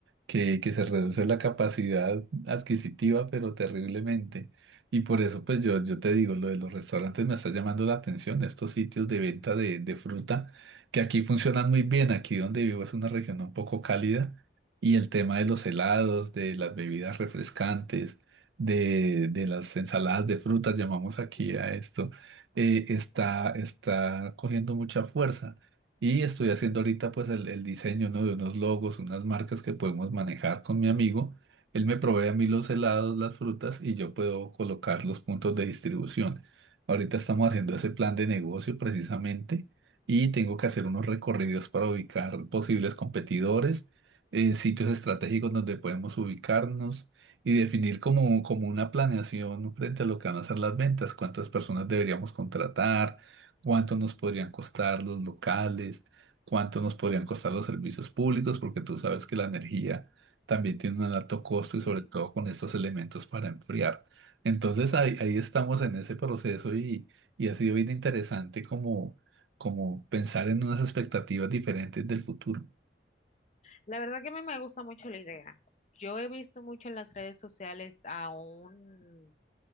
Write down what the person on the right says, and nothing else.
que, que se reduce la capacidad adquisitiva, pero terriblemente. Y por eso, pues yo, yo te digo, lo de los restaurantes me está llamando la atención, estos sitios de venta de, de fruta, que aquí funcionan muy bien. Aquí donde vivo es una región un poco cálida y el tema de los helados, de las bebidas refrescantes, de, de las ensaladas de frutas, llamamos aquí
a esto eh, está, está cogiendo mucha fuerza. Y estoy haciendo ahorita pues el, el diseño, ¿no? de unos logos, unas marcas que podemos manejar con mi amigo. Él me provee a mí los helados, las frutas y yo puedo colocar los puntos de distribución. Ahorita estamos haciendo ese plan de negocio precisamente y tengo que hacer unos recorridos para ubicar posibles competidores, eh, sitios estratégicos donde podemos ubicarnos y definir como, como una planeación frente a lo que van a ser las ventas, cuántas personas deberíamos contratar, cuánto nos podrían costar los locales, cuánto nos podrían costar los servicios públicos, porque tú sabes que la energía también tiene un alto costo
y sobre todo con estos elementos para enfriar. Entonces ahí, ahí estamos en ese proceso y, y ha sido bien interesante como, como pensar en unas expectativas diferentes del futuro.